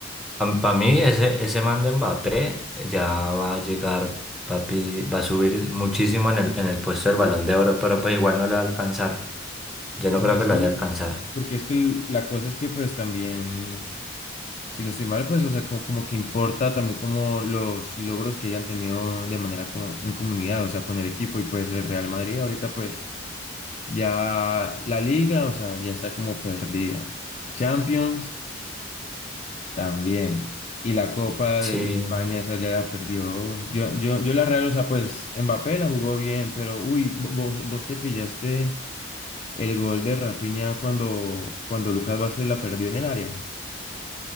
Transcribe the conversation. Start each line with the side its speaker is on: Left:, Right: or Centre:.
Centre: Para mí, ese, ese man de Mbappé ya va a llegar, papi, va a subir muchísimo en el, en el puesto del Balón de Oro, pero pues igual no le va a alcanzar. Yo no
Left: O sea,
Centre: creo
Left: sí.
Centre: que le vaya a alcanzar.
Left: Porque es que el- la cosa es que pues también, si no estoy mal, pues, o sea, como, como que importa también como los logros que hayan tenido de manera como en comunidad, o sea, con el equipo y pues el Real Madrid ahorita pues ya la liga, o sea, ya está como perdida. Champions. También. Y la Copa
Centre: Sí,
Left: de, de España, esa ya la perdió. Yo, yo, yo la Real, o sea, pues Mbappé la jugó bien, pero uy, vo- vos, vos te pillaste el gol de Rafinha cuando, cuando Lucas Vázquez la perdió en el área.